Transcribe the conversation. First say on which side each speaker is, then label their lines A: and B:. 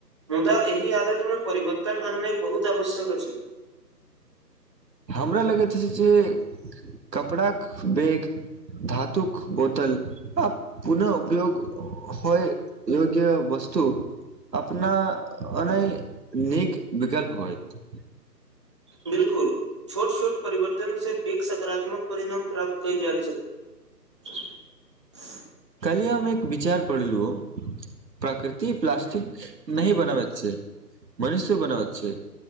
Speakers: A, on the right; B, on the right.
A: मुदा एहि आदत मे परवर्तन अन नइ बहुत आवश्यक अछि
B: हमरा लगैत अछि जे कपड़ा के बैग धातुक बोतल आ पुनः उपयोग होइ योग्य वस्तु वस्तु अपना अने नीक विकल्प होयत
A: बिलकुल छोट छोट परिवर्तन से पैघ सकारात्मक परिणाम प्राप्त कयल जा सकत <unintelligible>
B: काल्हि हम एक विचार पढ़लहुँ प्रकृति प्लासस्टिक नहि बनाबैत छै मनुष्य बनाबैत छै